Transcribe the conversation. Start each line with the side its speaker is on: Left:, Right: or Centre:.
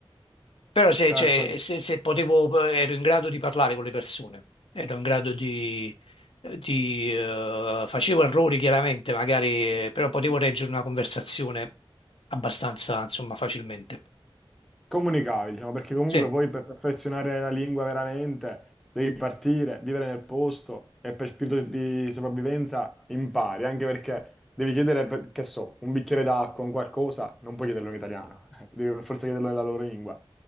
Left: Però se,
Centre: Certo,
Left: cioè, se- se potevo, eh, ero in grado di parlare con le persone, ero in grado di, eh, di, eh, facevo errori chiaramente, magari, eh, però potevo reggere una conversazione abbastanza, insomma, facilmente.
Centre: comunicavi, diciamo, perché comunque
Left: Sì,
Centre: poi per perfezionare la lingua veramente devi partire, vivere nel posto e per spirito di sopravvivenza impari, anche perché devi chiedere, per- che so, un bicchiere d'acqua, un qualcosa, non puoi chiederlo in italiano, <laughs> devi per forza chiederlo nella loro lingua.